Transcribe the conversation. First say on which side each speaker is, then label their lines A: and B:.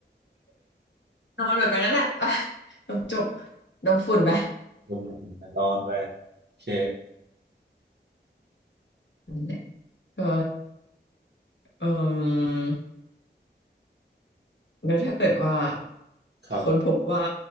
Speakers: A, on the left; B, on the right.
A: นอนแบบนั้นก็ได้ไปจบจบดมฝุ่นไป
B: ลงถึงแต่นอนไปโอเค
A: นั่นแหละก็เออแล้วถ้าเกิดว่า
B: ครับ
A: คนพบว่า